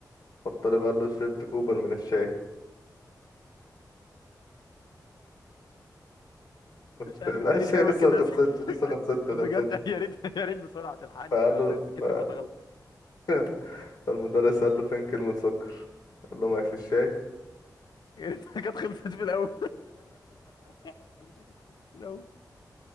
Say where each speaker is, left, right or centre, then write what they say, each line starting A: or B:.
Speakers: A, on the left; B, on the left.
A: فالطالب قال له شربت كوبر من الشاي قلت
B: مش عارف
A: له لا
B: انت ليه
A: الشاي
B: تعمل
A: لسه
B: كده
A: ما خلصتش
B: <laughs>
A: لسه ما خلصتش
B: بجد
A: ما خلصتش
B: يا ريت يا ريت بسرعه تلحقني
A: فقال
B: انت
A: له
B: سكت
A: ف...
B: في وقت غلط
A: <laughs> فالمدرس قال له فين كلمة سكر قال له ما هي في الشاي
B: يا ريت كانت خلصت في الاول <laughs> يا ريت كانت خلصت في الاول